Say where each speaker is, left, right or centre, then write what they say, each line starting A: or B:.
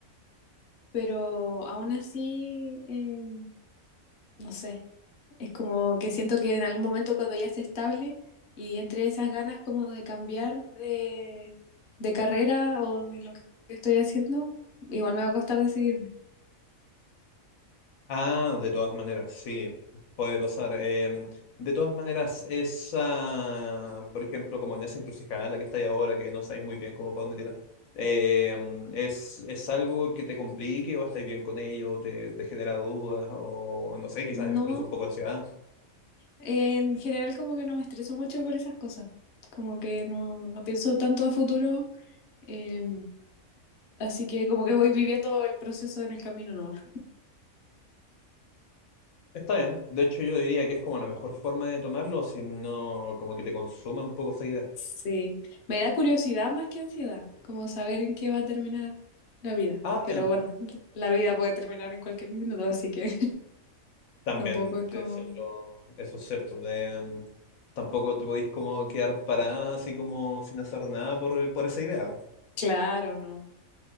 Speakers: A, on the left; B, on the left.
A: pero aún así, eh, no sé. Es como que siento que en algún momento cuando ya esté estable y entre esas ganas como de cambiar de, de carrera o de lo que estoy haciendo, igual me va a costar decidirme.
B: Ah, de todas maneras, sí, puede pasar. Em, de todas maneras, esa, por ejemplo, como en esa encrucijada la que está estáis ahora, que no sabéis muy bien cómo para dónde tirar, em, ¿es, es algo que te complique o estáis bien con ello? ¿Te, te genera dudas o no sé, quizás
A: No,
B: incluso un poco de ansiedad?
A: en general como que no me estreso mucho por esas cosas, como que no, no pienso tanto a futuro, eh, así que como que voy viviendo el proceso en el camino nomás.
B: Está bien, de hecho yo diría que es como la mejor forma de tomarlo, si no como que te consuma un poco esa idea.
A: Sí, me da curiosidad más que ansiedad, como saber en qué va a terminar la vida.
B: Ah,
A: Pero
B: bien,
A: bueno, la vida puede terminar en cualquier minuto, así que...
B: También
A: Tampoco es como,
B: eso es, lo- eso es cierto. de, mm, tampoco te podéis como quedar parada así como sin hacer nada por, por esa idea.
A: claro, no.